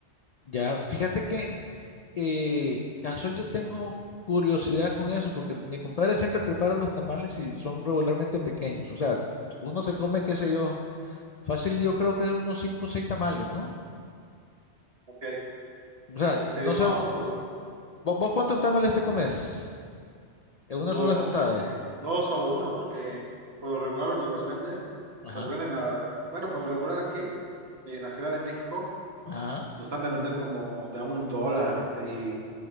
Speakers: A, on the left; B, on the right.
A: Ya, fíjate que eh, casual yo tengo curiosidad con eso, porque mi compadre siempre prepara los tamales y son regularmente pequeños. O sea, uno se come, qué sé yo, fácil, yo creo que unos cinco o seis tamales, ¿no?
B: Ok.
A: O sea,
B: Este,
A: no
B: no,
A: sé, ¿vo-
B: pues.
A: ¿vos, cuántos tamales te comes? En
B: Dos,
A: una sola sentada.
B: porque dos o uno, porque por lo regular donde los venden,
A: Ajá,
B: los venden a, bueno, por lo regular aquí, en la Ciudad de México,
A: ajá,
B: los han de vender como de a un dólar y, y